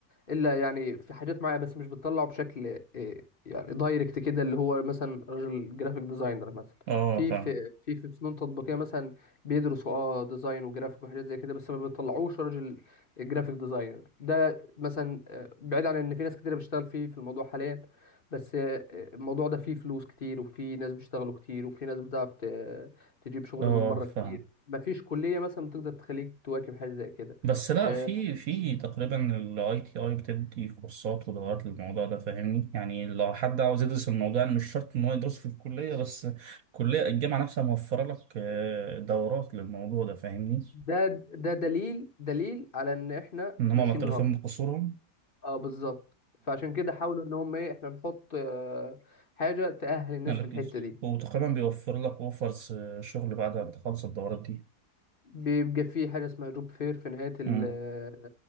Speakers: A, on the left (about 35°); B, on the right (about 65°).
A: الا يعني في حاجات معينه بس مش بتطلعه بشكل إيه، يعني دايركت كده اللي هو مثلا راجل جرافيك ديزاينر مثلا
B: اه
A: في
B: فاهم
A: في في في فنون تطبيقيه مثلا بيدرسوا اه ديزاين وجرافيك وحاجات زي كده بس ما بيطلعوش راجل جرافيك ديزاينر ده مثلا آه، بعيد عن ان في ناس كتير بتشتغل فيه في الموضوع حاليا بس آه، الموضوع ده فيه فلوس كتير وفي ناس بيشتغلوا كتير وفي ناس بتعرف ت- تجيب شغل
B: اه
A: من بره
B: فاهم
A: كتير مفيش كليه مثلا بتقدر تخليك تواكب حاجه زي كده
B: بس لا
A: آه،
B: في في تقريبا الاي تي اي بتدي كورسات ودورات للموضوع ده فاهمني يعني لو حد عاوز يدرس الموضوع يعني مش شرط ان هو يدرسه في الكلية بس الكلية الجامعة نفسها موفرة لك آه، دورات للموضوع ده فاهمني
A: ده ده دليل دليل على ان احنا
B: ان هم
A: ماشيين
B: معترفين
A: غلط
B: بقصورهم
A: اه بالظبط فعشان كده حاولوا ان هم ايه احنا نحط آه، حاجه تأهل الناس
B: يعني لطيف
A: في الحته دي
B: وتقريبا بيوفر لك اوفرز شغل بعد ما تخلص الدورات دي
A: بيبقى في حاجه اسمها جوب فير في نهايه ال-
B: امم
A: آه،